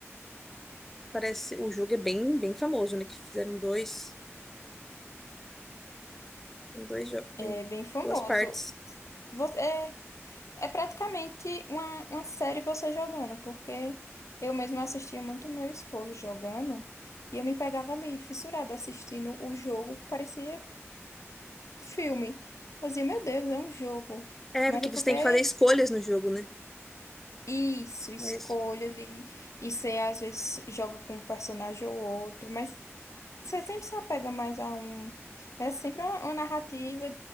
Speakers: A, in the centre; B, on the left.
A: Parece, o jogo é bem, bem famoso, né? Que fizeram dois, tem dois jogos, tem
B: É bem famoso.
A: duas partes.
B: Vo- É, é praticamente uma, uma série você jogando, porque eu mesma assistia muito meu esposo jogando e eu me pegava ali, fissurada, assistindo o jogo. Parecia. filme. Eu dizia, meu Deus, é um jogo.
A: É,
B: Mas
A: porque
B: é porque
A: você tem
B: é
A: que fazer escolhas no jogo, né?
B: isso, escolhas
A: Mas
B: e, e você às vezes joga com um personagem ou outro, mas você sempre se apega mais a um. É sempre uma, uma narrativa